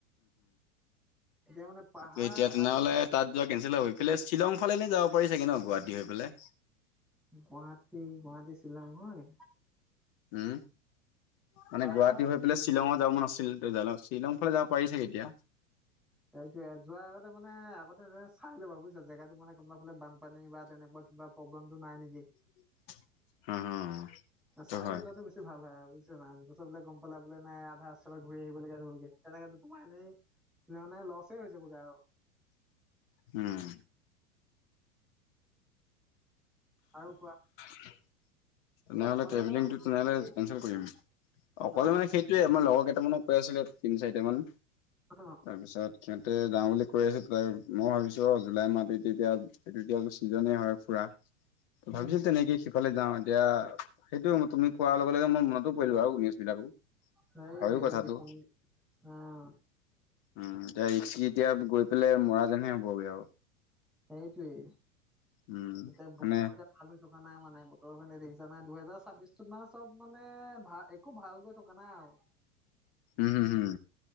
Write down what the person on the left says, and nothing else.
ত এতিয়া তেনেহ'লে
তাত যোৱা কে <unintelligible> পেলায় শ্বিলং ফালে এনে যাব পাৰি চাগে ন গুৱাহাটী হৈ পেলাই।
উম, মানে
গুৱাহাটী হৈ পেলাই শ্বিলংত যাব মন আাছে। শ্বিলং যাব ফালে যাব পাৰিছে এতিয়া।
<inaudible> হ হ সেইটো
হয়
উম।
<inaudible>
তেনেহলে
ট্ৰেভেলিং
টো
কেনচেল কৰি দিব লাগিব, অ'
মানে গ'লে মানে সেইটোৱে আমাৰ লগৰ কেইটামানত কৈ আছিলে তিন চাৰিট মান
তাৰ পিছত সিহঁতে যাওঁ বুলি কৈ আছো মই ভাবিছো অ' জুলাই মাতি লিবিয়া। সেইটো এতিয়া আকৌ ছিজনেই হয়। পুৰা
ভাবিছিল তেনেকে সিফালে যাওঁ। এতিয়া সেইটো তুমি কোৱাৰ লগে লগে মই মনতো পৰিলো আৰু নিউজ বিলাকো।
হয়ো
কথাটো
উম, দে এতিয়া এতিয়া গৈ পেলাই মৰা যেনহে হ'বগৈ, আৰু
উম
মানে
উম, উম, উম